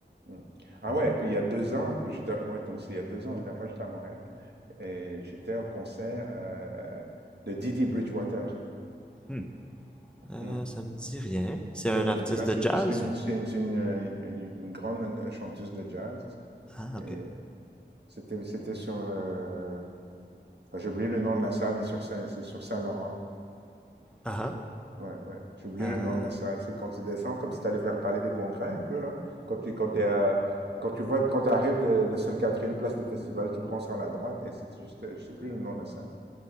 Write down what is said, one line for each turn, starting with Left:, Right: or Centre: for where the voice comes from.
Right: mm. Ah
Centre: Mhm.
Right: ouais, et puis il y a deux ans, j'étais, ouais, donc c'est il y a deux ans, la dernière fois, j'étais à Montréal et j'étais au concert euh, de Didi Bridgewater.
Centre: Hmm. Euh,
Right: Mm.
Centre: ça me dit rien. C'est
Right: J'avais
Centre: un artiste
Right: des places.
Centre: de
Right: C'est
Centre: jazz
Right: c'est une,
Centre: ou?
Right: c'est une, c'est une, euh, une- une grande chanteuse de jazz.
Centre: Ah, ok.
Right: Et c'était, c'était sur. euh, enfin, j'ai oublié le nom de la salle, mais sur Saint, c'est sur Saint-Laurent.
Centre: Ah,
Right: Ouais, ouais. J'ai oublié
Centre: ah,
Right: le nom de la
Centre: euh,
Right: salle. C'est quand tu descends, comme si tu allais vers Palais des Congrès un peu, là. Quand tu, quand t'es
Centre: oh,
Right: à- quand tu vois, quand tu arrives de, de Sainte-Catherine, place de festival, tu prends sur la droite et c'est juste, euh, je sais plus le nom de la salle.